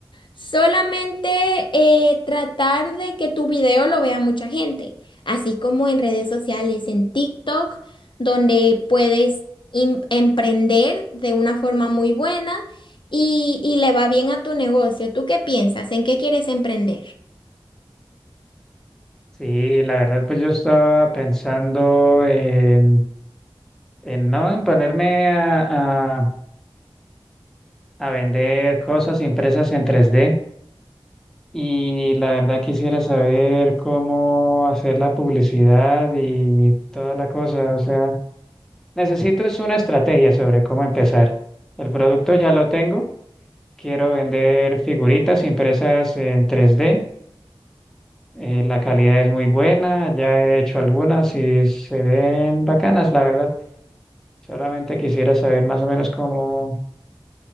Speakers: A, on the left; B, in the centre.
A: solamente eh, tratar de que tu video lo vea mucha gente, así como en redes sociales, en TikTok, donde puedes im- emprender de una forma muy buena y, y le va bien a tu negocio. ¿Tú qué piensas? ¿En qué quieres emprender?
B: Sí, la verdad, pues yo estaba pensando en, en no, en ponerme a, a, a vender cosas impresas en tres d y la verdad quisiera saber cómo hacer la publicidad y toda la cosa. O sea, necesito es una estrategia sobre cómo empezar. El producto ya lo tengo, quiero vender figuritas impresas en tres d Eh, la calidad es muy buena, ya he hecho algunas y se ven bacanas, la verdad. Solamente quisiera saber más o menos cómo,